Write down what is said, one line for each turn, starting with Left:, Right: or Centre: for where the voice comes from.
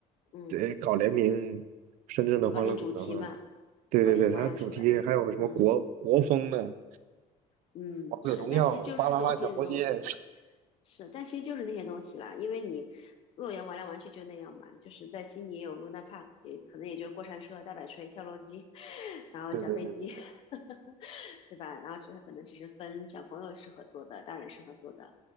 Left: 嗯，
Right: 对，搞联名，深圳的欢乐谷的话，
Left: 就搞点主题嘛，
Right: 对对对，
Left: 搞点花样出来。
Right: 它主题还有什么国国风的。
Left: 嗯嗯，
Right: 王者荣耀、
Left: 是，但其实就是东西的东西，
Right: 巴啦啦小魔仙，
Left: 是，但其实就是那些东西啦，因为你乐园玩来玩去就那样嘛，就是在悉尼也有 Luna Park，也可能也就是过山车、大摆锤、跳楼机，<laughs> 然后小飞机，
Right: 对对对对，
Left: <laughs> 对吧？然后只是可能只是分小朋友适合做的，大人适合做的，